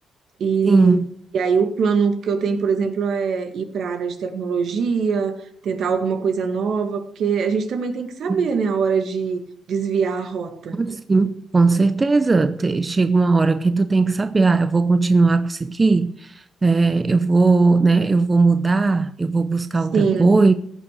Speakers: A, on the right; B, on the right.
A: E,
B: Sim.
A: e aí o plano que eu tenho, por exemplo, é ir para a área de tecnologia, tentar alguma coisa nova, porque a gente também tem que saber,
B: Uhum,
A: né, a hora de desviar a rota.
B: Sim, com certeza. Te- Chega uma hora que tu tem que saber, ah, eu vou continuar com isso aqui, é, eu vou, né, eu vou mudar, eu vou buscar
A: Sim,
B: outra coisa